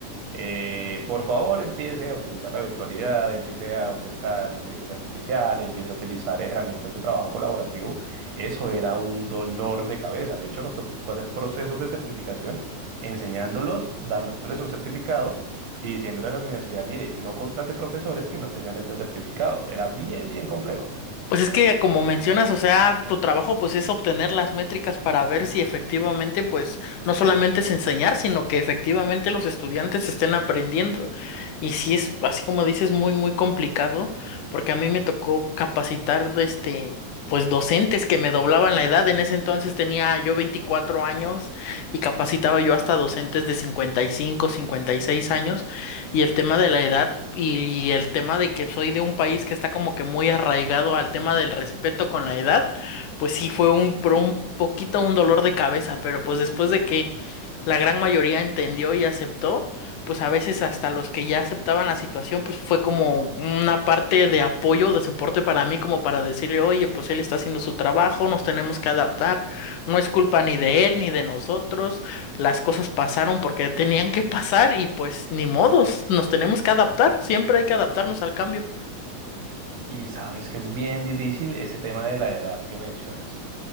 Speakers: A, on the right (about 60°); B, on the left (about 75°).
A: Eh, por favor, empiece a utilizar la virtualidad, empiece a utilizar inteligencia artificial, empiece a utilizar herramientas de trabajo colaborativo. Eso era un dolor de cabeza. De hecho, nos tocó hacer procesos de certificación, enseñándolos, dándoles un certificado y diciéndole a la universidad, mire, no contrate profesores que no tengan este certificado. Era bien, bien complejo.
B: Pues es que como mencionas, o sea, tu trabajo pues es obtener las métricas para ver si efectivamente pues no solamente es enseñar, sino que efectivamente los estudiantes estén aprendiendo. Y sí es así como dices muy muy complicado porque a mí me tocó capacitar este Pues docentes que me doblaban la edad. En ese entonces tenía yo 24 años y capacitaba yo hasta docentes de 55, 56 años y el tema de la edad y el tema de que soy de un país que está como que muy arraigado al tema del respeto con la edad, pues sí fue un, pro- un poquito un dolor de cabeza, pero pues después de que la gran mayoría entendió y aceptó, pues a veces hasta los que ya aceptaban la situación, pues fue como una parte de apoyo, de soporte para mí, como para decirle, oye, pues él está haciendo su trabajo, nos tenemos que adaptar, no es culpa ni de él ni de nosotros, las cosas pasaron porque tenían que pasar y pues ni modos, nos tenemos que adaptar, siempre hay que adaptarnos al cambio.
A: Y sabes que es bien difícil ese tema de la edad que mencionas.